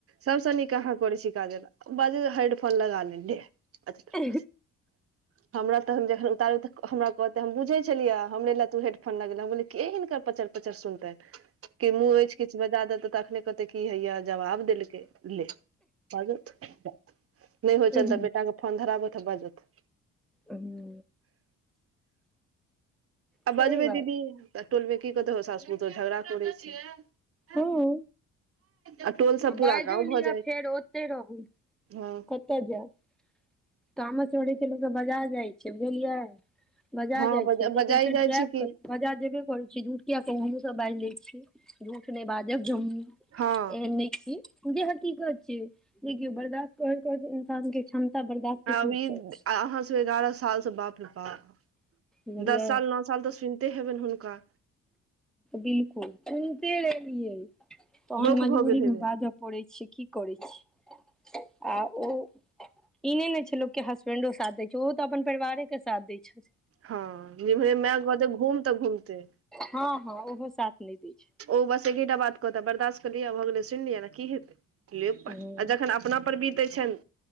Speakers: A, on the right; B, in the centre.
A: सबसे नीक अहाँ करै छी काजल, बाजे छै हैडफोन लगा ले लेह <unintelligible>
B: आ
A: <inaudible> हमरा तखन जखन उतारब त हमरा कहते हम बुझे छलिया हमरे ले तू हेडफोन लगेला, हम कहलिये के हिनकर पचर पचर सुनतैन। कि मुँह एछ किछ बजा देते त अखने कहते की हैया जवाब देलकै ले। बाजौथ नै
B: पर
A: होय छन तऽ बेटा के फोन धराबौथ आ बाजौथ।
B: हूं।
A: आ
B: सही
A: बजबै
B: बात
A: दीदी त टोलमे की कहतै होउ सास पुतोह झगड़ा करै छै।
B: हां।
A: आ टोल से
B: आ
A: पूरा
B: बाएजो
A: गाँव भऽ
B: लियो
A: जाइ
B: फेर ओते रहु।
A: हँ
B: कता जाएब, तामस बढ़य छलु ते बजार जाय छिये बुझलियै। बजार
A: हँ
B: जाय छिये,
A: बजा
B: लेकिन
A: बजाइ
B: फेर
A: जाइ
B: जाएब
A: छै कि
B: क बजार जेबे करै छी, झूठ किया कहु हमु सब बाएज लै छी, झूठ नै बाजब जे हम
A: हँ
B: एहन‌ नै छी जे हकीकत छियै देखियौ बर्दाश्त करैत-करैत इंसान के क्षमता बर्दाश्त के
A: आब
B: टूटि
A: ई
B: जाइ छै
A: अहाँ सब एगारअ साल त बाप रे बाप
B: बुझलियै
A: दस साल, नौ साल तऽ सुनते हेबैन हुनका।
B: बिलकुल सुनते एलियै। तहन
A: बौक
B: मजबूरी
A: भऽ गेल हेबै
B: मे बाजऽ पड़ै छै, की करै छी। आ ओ ई नै ने छै लोक के हसबेंडो साथ दै छै, उहो तऽ अपन परिवारे के साथ दै छै।
A: हां जिमहरे माय कहते घूम तऽ घूमतै।
B: हां-हां ओहो साथ नै दै छै।
A: ओ बस एकेटा बात कहता बर्दाश्त कलियै भऽ गेलै सुन लियौ ने की हेतै। ले बा
B: हूँ
A: आ जखन अपना पर बीतै छैन